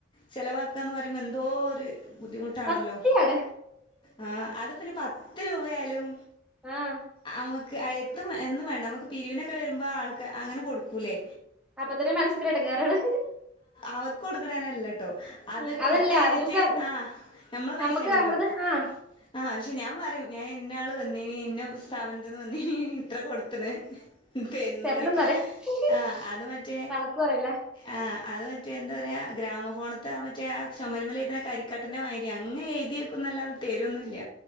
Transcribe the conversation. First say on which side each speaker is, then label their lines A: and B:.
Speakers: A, on the left; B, in the centre.
A: ചെലവാക്കാന്ന് പറയുമ്പോ ന്തോ ഒരു ബുദ്ധിമുട്ടാണല്ലോ
B: പത്തിയാണ്
A: ആഹ് അത് പിന്നെ പത്ത് രൂപയാലും
B: ആഹ്
A: നമുക്ക് എത്തും എന്നും വേണ്ട നമുക്ക് പിരിവിനൊക്കെ വരുമ്പോ ആൾക്ക് അങ്ങനെ കൊടുക്കൂലേ
B: അപ്പൊ തന്നെ മനസ്സക്ടങ്ങാറാണ്
A: അവർക്ക് കൊടുക്കണേനല്ലട്ടോ അത്
B: ഉം
A: കൊടുത്ത്
B: അതല്ല
A: കഴിഞ്ഞിട്ട്
B: നമുക്ക്
A: ആ നമ്മള പൈസയാണല്ലോ
B: നമ്മക്ക് നമ്മളത് ആഹ്
A: ആ പക്ഷെ ഞാൻ പറയും ഞാൻ ഇന്ന ആൾ വന്നീനി ഇന്ന സ്ഥാപനത്തിന്ന് വന്നീനി ഇത്ര കൊടുത്ത്ണ് തെന്നളിക്ക
B: തരണംന്ന് പറയാ
A: ആഹ് അത് മറ്റേ
B: കണക്ക് പറയില്ല
A: ആ അത് മറ്റേ എന്താ പറയാ ഗ്രാമഫോണത്തെ മറ്റേ ചോമരുമ്മൽ എയുതുന്ന കരിക്കട്ടന്റെ മാര്യാ അങ്ങ് എയുതി വെക്കുന്നല്ലാണ്ട് തരുന്നുല്ല